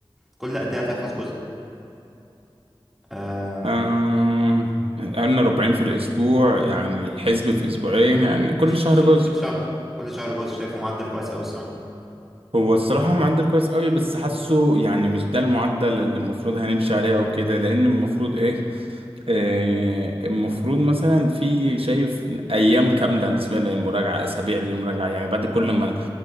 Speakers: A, in the centre; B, on the right.
A: كل قد ايه هتحفظ جزء آم،
B: آه... قلنا ربعين في الاسبوع يعني الحسب في اسبوعين يعني كل
A: الش-
B: شهر
A: الش-
B: جزء
A: في شهر كل شهر جزء شايفه معدل كويس قوي الصراحه
B: هو الصراحة معدل كويس قوي بس حاسه يعني مش ده المعدل اللي المفروض هنمشي عليه او كده لان المفروض ايه آه، المفروض مثلا في شايف ايام كامله بالنسبه للمراجعه اسابيع للمراجعه يعني بعد كل ما